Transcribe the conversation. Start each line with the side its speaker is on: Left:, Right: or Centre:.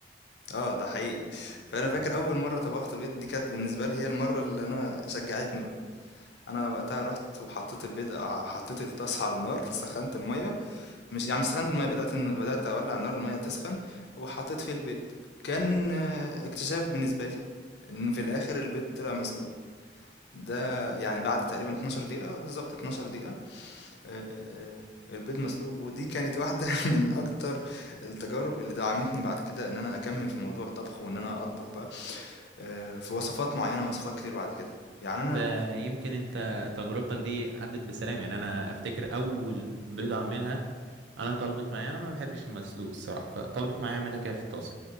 Left: آه، ده حقيقي. فأنا فاكر أول مرّة طبخت بيض دي كانت بالنسبة لي هي المرّة اللي أنا شجّعتني بقى. أنا وقتها رُحت وحطّيت البيض ع حطّيت الطاسة على النار، سخّنت المَيّة مش يعني مش سخّنت المَيّة، بدأت إن بدأت أولّع النار المَيّة تسخن وحطّيت فيه البيض. كان آه، اكتشاف بالنسبة لي، إن في الآخر البيض طلع مسلوق. ده يعني بعد تقريبًا 12 دقيقة، بالضبط 12 دقيقة آآ آآ آآ البيض مسلوق، ودي كانت واحدة <laughs> من أكتر التجارب اللي دعمتني بعد كده إن أنا أكمّل في موضوع الطبخ، وإن أنا أطبخ بقى آآ في وصفات معيّنة، وصفات كتير بعد كده. يعني أنا
Right: ده يمكن انت تجربتك دي عدت بسلام يعني انا افتكر اول بيضة اعملها انا طلبت معايا انا ما بحبش المسلوق الصراحة فطلبت معايا اعملها كده في الطاسة